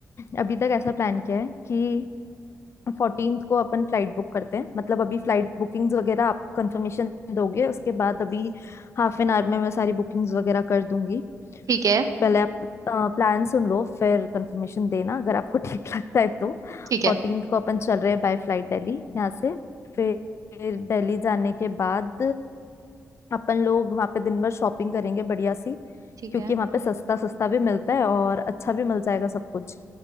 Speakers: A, on the left; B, on the right.
A: अभी तक ऐसा प्लान किया है कि फोर्टीन को अपन फ्लाइट बुक करते हैं मतलब अभी फ्लाइट बुकिंग्स वगैरह आप कंफर्मेशन दोगे उसके बाद अभी हाफ एन आवर में मैं सारी बुकिंग्स वगैरह कर दूंगी
B: ठीक है
A: पहले आप प्लान सुन लो फिर कंफर्मेशन देना अगर आपको ठीक <laughs> लगता है तो
B: ठीक है
A: फोर्टीन को अपन चल रहे हैं बाय फ्लाइट दिल्ली यहाँ से फिर फिर दिल्ली जाने के बाद अपन लोग वहाँ पे दिन भर शॉपिंग करेंगे बढ़िया सी
B: ठीक
A: क्योंकि
B: है
A: वहाँ पे सस्ता सस्ता भी मिलता है और अच्छा भी मिल जाएगा सब कुछ